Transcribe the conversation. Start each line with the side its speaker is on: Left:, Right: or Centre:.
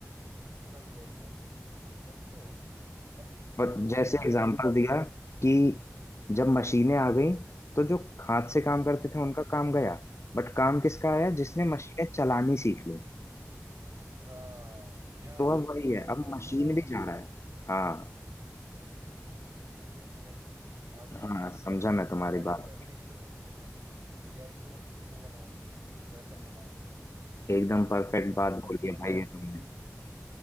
Right: वही वही वही वही तो अब यही
Left: और जैसे
Right: वाली बातें
Left: एग्जाम्पल
Right: हैं
Left: दिया कि जब मशीनें आ गई तो जो हाथ से काम करते
Right: हम्म
Left: थे उनका काम गया बट काम किसका आया जिसने
Right: हम्म
Left: मशीनें चलानी सीख ली
Right: हाँ या
Left: तो अब वही
Right: ये
Left: है अब
Right: है
Left: मशीन
Right: पूरा
Left: भी जा रहा है हाँ
Right: हम्म तो यही है पूरा सीन आज
Left: हाँ
Right: का
Left: समझा मैं तुम्हारी
Right: एआई से
Left: बात
Right: डरने की जरूरत नहीं है एआई को अपनी वो बनाओ वेपन बनाओ
Left: एकदम परफेक्ट
Right: अगर
Left: बात
Right: वेपन
Left: बोली
Right: नहीं बनाओगे
Left: है भाई ये तुमने